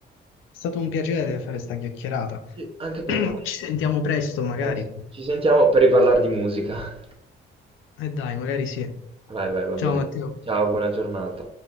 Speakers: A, on the left (about 85°); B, on the right (about 30°).
A: stato un piacere fare sta chiacchierata.
B: Sì, Anche per
A: <clears throat>
B: me.
A: Ci sentiamo presto,
B: A
A: magari.
B: posto. Ci sentiamo per riparlare di musica.
A: E dai, magari sì.
B: Vai, vai, va
A: Ciao
B: bene.
A: Matteo.
B: Ciao, buona giornata.